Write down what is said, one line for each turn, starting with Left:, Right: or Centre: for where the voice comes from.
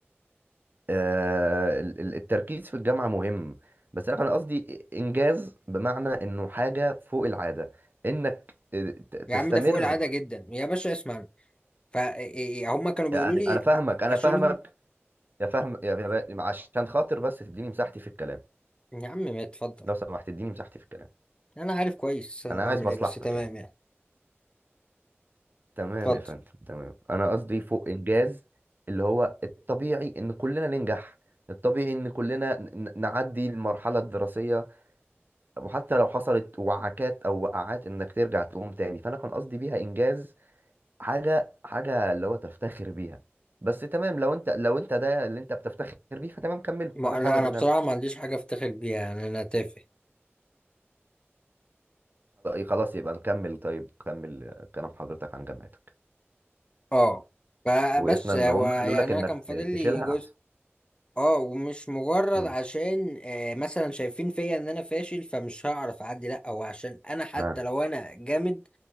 Right: آه، ال- ال- التركيز في الجامعة مهم بس أنا قصدي إنجاز بمعنى إنه حاجة فوق العادة إنك ت-
Left: يا
Right: تستمر
Left: عم ده فوق العادة جدا يا باشا اسمعني فهم كانوا بيقولوا
Right: يعني
Left: لي
Right: أنا فاهمك أنا
Left: اشيلهم
Right: فاهمك يا فاهم يا يا با- عشان خاطر بس تديني مساحتي في الكلام
Left: يا عم ما اتفضل
Right: لو سمحت تديني مساحتي في الكلام
Left: انا عارف كويس انا
Right: أنا
Left: بعمل
Right: عايز مصلحتك
Left: ايه بس تمام
Right: يعني
Left: يعني
Right: تمام
Left: اتفضل
Right: يا فندم تمام أنا قصدي فوق إنجاز اللي هو الطبيعي إن كلنا ننجح الطبيعي إن كلنا ن- ن- نعدي المرحلة الدراسية وحتى لو حصلت وعكات او وقعات انك ترجع تقوم تاني فانا كان قصدي بيها انجاز حاجه حاجه اللي هو تفتخر بيها بس تمام لو انت لو انت ده اللي انت بتفتخر بيه فتمام كمله
Left: ما
Right: انا حابب
Left: لا انا
Right: الناس
Left: بصراحة ما عنديش حاجة افتخر بيها يعني انا تافه
Right: خلاص يبقى نكمل طيب كمل آه، كلام حضرتك عن جامعتك
Left: اه فبس
Right: وقفنا ان
Left: هو
Right: هم
Left: يعني
Right: قالوا لك انك
Left: انا كان فاضل
Right: ت-
Left: لي
Right: تشيلها
Left: جزء
Right: احسن
Left: اه ومش مجرد
Right: امم
Left: عشان آه مثلا شايفين فيا ان انا فاشل فمش هعرف اعدي لا هو عشان انا حتى
Right: اه
Left: لو انا جامد